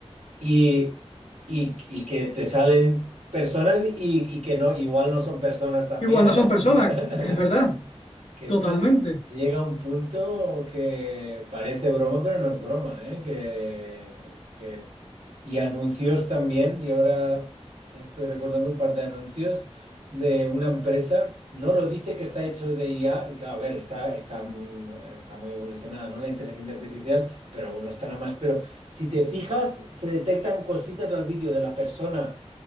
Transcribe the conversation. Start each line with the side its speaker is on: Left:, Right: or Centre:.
Right: y, y, y que te salen personas y, y que no, igual no son personas también,
Left: Igual no
Right: ¿eh?
Left: son personas,
Right: <laughs>
Left: es verdad,
Right: Que
Left: totalmente.
Right: esto llega a un punto que parece broma, pero no es broma, ¿eh? Que, que y anuncios también, y ahora estoy recordando un par de anuncios de una empresa, no lo dice que está hecho de IA, y claro, a ver, está, está, mm, está muy evolucionada, ¿no? La inteligencia artificial, pero aún lo estará más. Pero si te fijas, se detectan cositas al vídeo de la persona